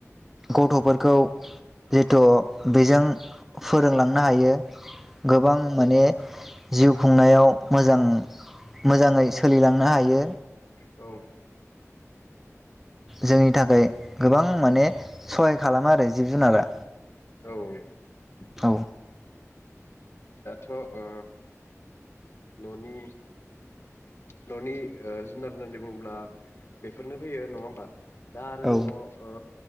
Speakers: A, in the centre; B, on the left.
A: गथ'फोरखौ जिथु बिजों फोरोंलांनो हायो। गोबां माने। जिउ खुंनायाव मोजां मोजाङै सोलिलांनो हायो।
B: औ
A: जोंनि थाखाय गोबां माने सहाय खालामो आरो जिब जुनारा
B: औ
A: औ
B: दाथ' ओ न'नि न'नि ओ जुनार होननानै बुङोब्ला बेफोरनो फैयो नङा होमबा दा आरो
A: औ
B: दङ ओ